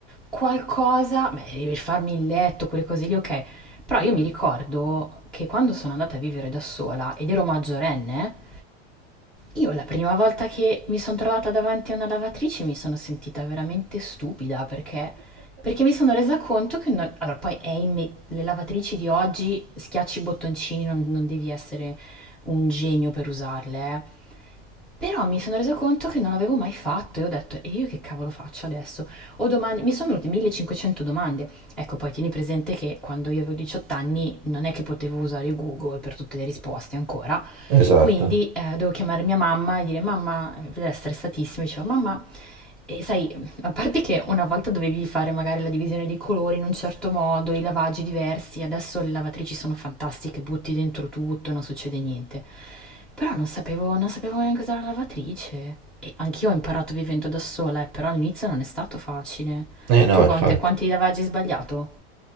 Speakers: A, in the centre; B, on the right (about 35°).
A: qualcosa, beh, devi farmi il letto, quelle cose lì, ok, però io mi ricordo che quando sono andata a vivere da sola ed ero maggiorenne, io la prima volta che mi sono trovata davanti a una lavatrice mi sono sentita veramente stupida perché, perché mi sono resa conto che... non- allora, poi è imme- le lavatrici di oggi, schiacci i bottoncini, non, non devi essere un genio per usarle, eh. Però mi sono resa conto che non l'avevo mai fatto e ho detto, e io che cavolo faccio adesso? Ho domande, mi sono venute 1500 domande. Ecco, poi tieni presente che quando io avevo 18 anni non è che potevo usare Google per tutte le risposte ancora,
B: Esatto.
A: quindi eh, dovevo chiamare mia mamma e dire mamma, era stressatissima, dicevo mamma, e sai, a parte che una volta dovevi fare magari la divisione dei colori in un certo modo, i lavaggi diversi, adesso le lavatrici sono fantastiche, butti dentro tutto e non succede niente. Però non sapevo, non sapevo neanche usare la lavatrice. E anch'io ho imparato vivendo da sola, eh, però all'inizio non è stato facile.
B: Eh no,
A: Tu
B: infatti.
A: quante- quanti lavaggi hai sbagliato?